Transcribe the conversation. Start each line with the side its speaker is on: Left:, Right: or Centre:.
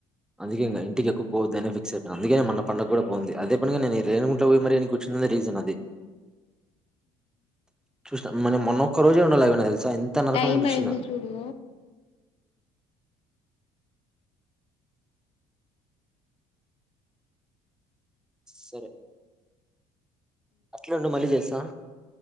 Centre: అందుకె ఇంటికి ఎక్కువ పోవద్దు అని ఫిక్స్ అయిపోయిను అందుకే మన పండగ కూడా పోంది అదే పండగా నేను రేణుగుంట్లో పోయి మరి ఏనుకు వచ్చింది రీజన్ అది చూసా మన మొన్న ఒక్కరోజు ఉండాలి అది కూడా నాకు తెలుసు చా ఎంత నరకం
Left: టైం
Centre: అనిపించిందో
Left: అయింది
Centre: <inaudible>
Left: చూడు
Centre: సరే అట్లే ఉండు మళ్ళీ చేస్తా